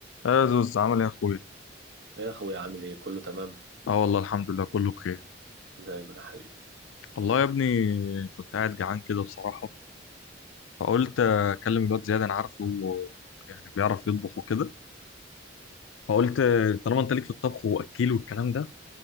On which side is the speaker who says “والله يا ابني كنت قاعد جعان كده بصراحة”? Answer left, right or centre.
Left